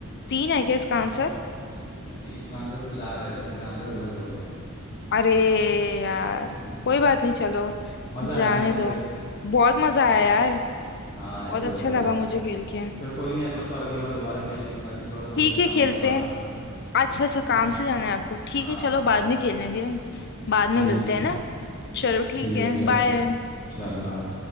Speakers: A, on the left; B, on the left.
A: तीन है क्या इसका आंसर
B: ठीक है नहीं इसका आंसर तो चार है वैसे तेरा आंसर गलत हो गया
A: अरे यार
B: हम्म
A: कोई बात नहीं चलो
B: मज़ा
A: जाने
B: आया ना खेल
A: दो
B: के वैसे
A: बहुत मजा आया यार
B: हाँ यार
A: बहुत
B: वो
A: अच्छा
B: तो है
A: लगा
B: यार
A: मुझे खेल के
B: चल कोई नहीं ऐसा हो तो अगली बार दोबारा खेल लेंगे अभी थोड़ा सा मुझे
A: ठीक है
B: काम
A: खेलते
B: से बाहर
A: हैं
B: जाना पड़ रहा है
A: अच्छा अच्छा
B: है
A: काम
B: ना
A: से जाना है आपको ठीक
B: हाँ
A: है चलो बाद में खेल लेंगे हम बाद में
B: ठीक
A: मिलते हैं
B: है
A: ना चलो ठीक
B: ठीक
A: है
B: है चल
A: बाय
B: चल बाय